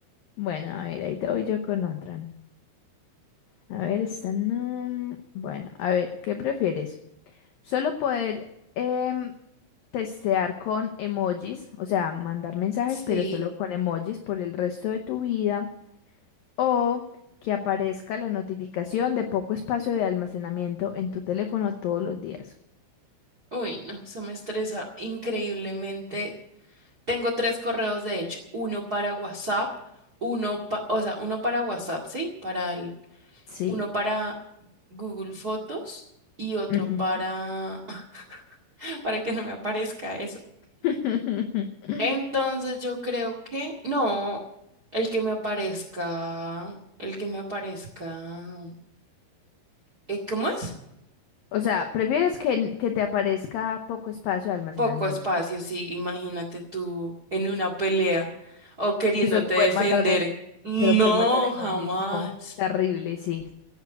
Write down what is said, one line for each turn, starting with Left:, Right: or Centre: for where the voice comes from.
Left: Bueno, a ver, ahí te voy yo con otra. A ver, esta no. Bueno, a ver, ¿qué prefieres? ¿Solo poder em, testear con emojis, o sea, mandar mensajes,
Right: Sí.
Left: pero solo con emojis por el resto de tu vida? ¿O que aparezca la notificación de poco espacio de almacenamiento en tu teléfono todos los días?
Right: Uy, no, eso me estresa increíblemente. Tengo tres correos, de hecho, uno para WhatsApp, uno pa- o sea, uno para WhatsApp, ¿sí? Para el,
Left: Sí.
Right: uno para Google Fotos y otro
Left: Ujú.
Right: para, <laughs> para que no me aparezca eso.
Left: <laughs>
Right: Entonces yo creo que, no, el que me aparezca, el que me aparezca, eh, ¿cómo es?
Left: O sea, ¿prefieres que, que te aparezca poco espacio de almacenamiento?
Right: poco espacio, sí, imagínate tú en una pelea o queriéndote
Left: Y solo
Right: defender.
Left: poder mandar, em-
Right: No,
Left: solo poder mandar emojis.
Right: jamás.
Left: No, terrible, sí.